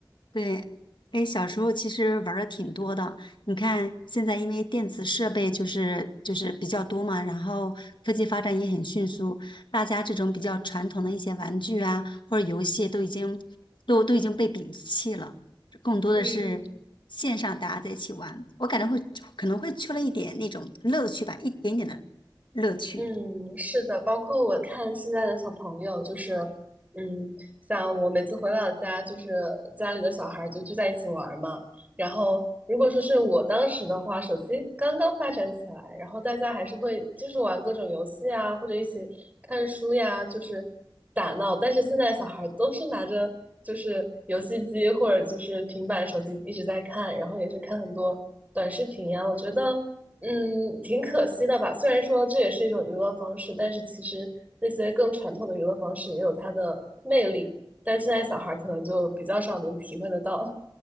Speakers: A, on the left (about 80°); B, on the right (about 20°).
A: 对，哎，小时候其实玩的挺多的。你看，现在因为电子设备就是就是比较多嘛，然后科技发展也很迅速，大家这种比较传统的一些玩具啊或者游戏都已经都都已经被摒弃了，更多的是线上大家在一起玩。
B: 嗯。
A: 我感觉会可能会缺了一点那种乐趣吧，一点点的乐趣。
B: 嗯，是的，包括我看现在的小朋友，就是，嗯，像我每次回老家，就是家里的小孩儿就聚在一起玩儿嘛。然后，如果说是我当时的话，手机刚刚发展起来，然后大家还是会就是玩各种游戏啊，或者一起看书呀，就是打闹。但是现在小孩儿都是拿着就是游戏机或者就是平板、手机一直在看，然后也是看很多短视频呀。我觉得。嗯，挺可惜的吧。虽然说这也是一种娱乐方式，但是其实那些更传统的娱乐方式也有它的魅力，但现在小孩儿可能就比较少能体会得到。